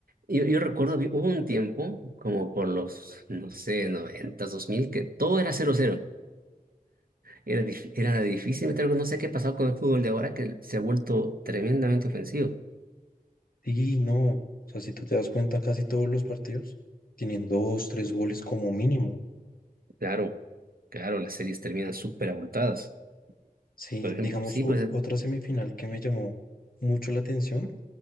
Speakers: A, on the right (about 70°); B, on the left (about 70°).
A: Yo, yo recuerdo, vi- hubo un tiempo, como por los, no sé, noventas dos mil que todo era cero cero, Era, dif- era difícil meter gol. no sé qué ha pasado con el fútbol de ahora, que se ha vuelto tremendamente ofensivo.
B: y no, o sea, si tú te das cuenta, casi todos los partidos tienen dos, tres goles como mínimo.
A: Claro, claro, las series terminan súper abultadas.
B: Sí,
A: Por ejemplo,
B: digamos,
A: sí,
B: ot-
A: pues,
B: otra semifinal que me llamó mucho la atención,